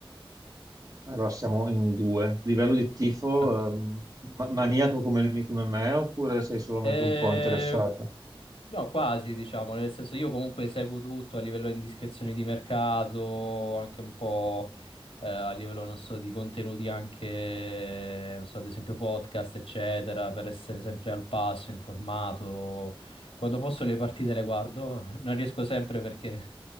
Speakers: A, on the right; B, on the left.
A: Allora siamo in due. Livello di tifo,
B: anche
A: ehm,
B: tu.
A: ma- maniaco come, come me oppure sei solamente
B: Eh,
A: un po' interessata?
B: No, quasi, diciamo, nel senso io comunque seguo tutto a livello di indiscrezioni di mercato, anche un po' eh, a livello, non so, di contenuti anche, non so, ad esempio podcast, eccetera, per essere sempre al passo, informato. Quando posso le partite le guardo, <laughs> non riesco sempre perché